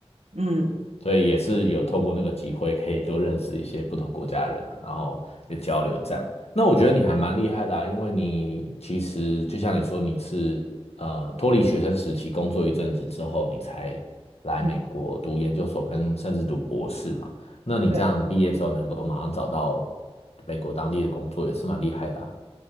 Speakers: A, on the right; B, on the left.
A: 嗯，
B: 所以也是有透过那个机会，可以多认识一些不同国家的人啊，然后就交流这样。那我觉得你还蛮厉害的啊，因为你其实就像你说，你是呃脱离学生时期工作一阵子之后，你才来美国读研究所跟甚至读博士嘛。
A: 嗯，
B: 那你这样毕业之后能够马上找到
A: 对。
B: 美国当地的工作，也是蛮厉害的啊。